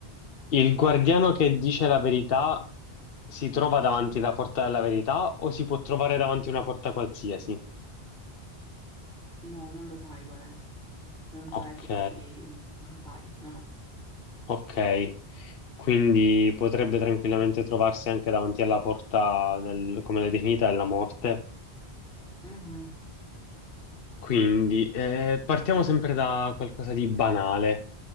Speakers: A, on the left; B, in the centre.
A: Il guardiano che dice la verità si trova davanti alla porta della verità o si può trovare davanti a una porta qualsiasi?
B: No, non lo sai qual è. Non sai
A: Ok,
B: se si... Non sai, no, no.
A: ok. Quindi potrebbe tranquillamente trovarsi anche davanti alla porta del, come l'hai definita, della morte.
B: Mhm,
A: Quindi, eh, partiamo
B: Sì.
A: sempre da qualcosa di banale.